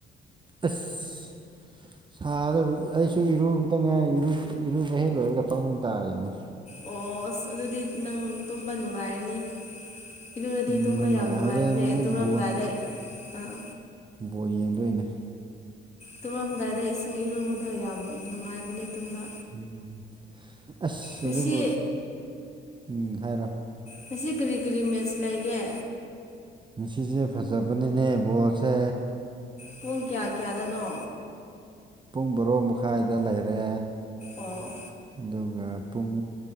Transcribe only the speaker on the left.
ꯑꯣ ꯑꯁ ꯑꯗꯨꯗꯤ ꯅꯪ ꯇꯨꯝꯕ ꯅꯨꯡꯉꯥꯏꯔꯅꯤ ꯏꯔꯨꯔꯗꯤ
ꯇꯨꯝꯕ ꯌꯥꯝ ꯅꯨꯡꯉꯥꯏꯕꯅꯦ
ꯇꯨꯝꯂꯝꯗꯥꯏꯗ
ꯑꯥ
ꯇꯨꯝꯂꯝꯗꯥꯏꯗ ꯏꯁꯤꯡ ꯏꯔꯨꯕꯗꯣ ꯌꯥꯝ ꯅꯨꯡꯉꯥꯏꯕꯅꯦ ꯇꯨꯝꯕ
ꯉꯁꯤ
ꯉꯁꯤ ꯀꯔꯤ ꯀꯔꯤ ꯃꯦꯁ ꯂꯩꯒꯦ
ꯄꯨꯡ ꯀꯌꯥ ꯀꯌꯥꯗꯅꯣ
ꯑꯣ